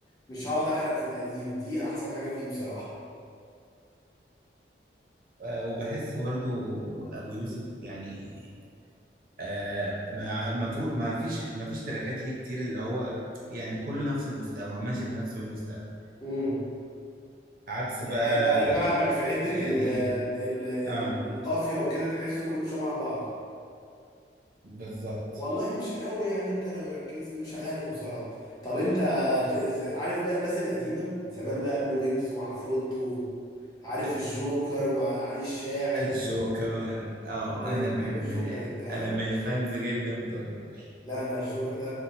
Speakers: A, on the left; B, on the right.
A: مش هقعد احرق في القديم دي احسن حاجة فيه بصراحة
B: آه، وبحس برضو ابو يوسف يعني آه ما ما فو- ما فيش ما فيش تراكات ليه كتير اللي هو يعني كله نفس المستوى ماشي بنفس المستوى
A: امم
B: عكس بقى
A: آه، انا فاهمك في حته
B: يعني
A: ال ال ال
B: اه
A: الطافيه وكده تحسه كله شبه بعضه
B: بالظبط
A: والله مش قوي يعني انت لو ركزت مش عارف بصراحه طب انت بت- عارف بقى الناس القديمه زمان بقى قبل ويجز وعفروتو عارف الجوكر وعلي الشاعر
B: الجوكر اه
A: يعني
B: انا
A: بتحب
B: بحب
A: الجوكر انت ها
B: انا من الفانز جدا بتوع الجوكر
A: لا انا الجوكر ده